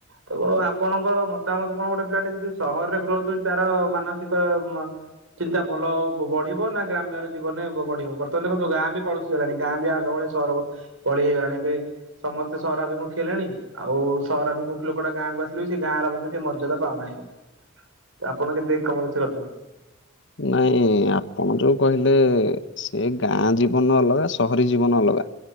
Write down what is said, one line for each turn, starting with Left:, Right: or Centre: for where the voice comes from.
Right: ତ ଆପଣଙ୍କ ମତାମତ କଣ ଗୋଟେ ପିଲା ଟେ ଯଦି ସହରରେ ଗ୍ରୋଥ୍ ହଉଛି ତାର ମାନ ତ ଚିନ୍ତା ଭଲ ବଢିବ ନା ଗ୍ରାମ୍ୟର ଜୀବନେ ବଢିବ ବର୍ତ୍ତମାନ ଦେଖନ୍ତୁ ଗାଁ ବି କଳୁଷିତ ହେଲାଣି ଗାଁ ବି ଆଗ ଭଳି ସହର ଭଳି ହେଇଗଲାଣି ଏବେ ସମସ୍ତେ ସହରାଭିମୁଖ ହେଲେଣି ଆଉ ସହରାଭିମୁଖି ଲୋକଟା ଗାଁକୁ ଆସିଲେ ବି ସେ ଗାଁର ମଧ୍ଯ ସେ ମର୍ଯ୍ୟଦା ପାଉନାହିଁ ଆଉ ଆପଣ ଯ କମଉଛି କଥାରେ
Left: ନାଇଁ ଆପଣ ଯୋଉ କହିଲେ ସେ ଗାଁ ଜୀବନ ଅଲଗା ସହରୀ ଜୀବନ ଅଲଗା